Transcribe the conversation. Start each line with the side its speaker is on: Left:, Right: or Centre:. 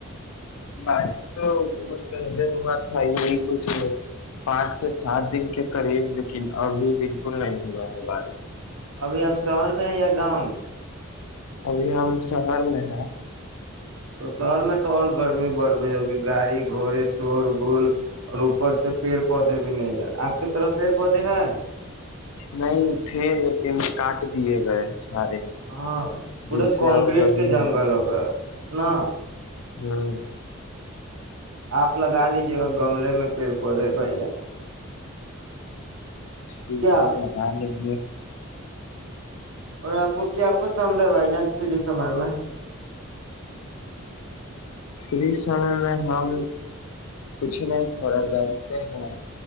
Left: بارش تو بت پے ہوا تھا یہی کچھ پانچ سے سات دن کے قریب لیکن ابھی بالکل نہیں ہوا ہے بارش
Right: ابھی اب شہر میں ہے یا گاؤں میں
Left: ابھی ہم شہر میں ہیں
Right: تو شہر میں تو اور گرمی بڑھ گئی ہوگی گاڑی گھوڑے شور گول اور اوپر سے پیڑ پودے بھی نہیں ہے آپ کی طرف پیڑ پودے ہے
Left: نہیں تھے لیکن کاٹ دیے گئے سارے
Right: ہاں پورے
Left: جس سے
Right: کنکریٹ
Left: اور گرمی
Right: کے جنگل
Left: ہوگا
Right: نہ
Left: ہاں
Right: آپ لگا لیجیے گا گملے میں پیڑ پودے بھائی جان
Left: ٹھیک
Right: کیا
Left: ہے لگا لیں جی
Right: اور آپ کو کیا پسند ہے بھائی جان پھر میں میں
Left: پ اس سمے میں ہم کچھ نہیں تھوڑا بیھتے ہیں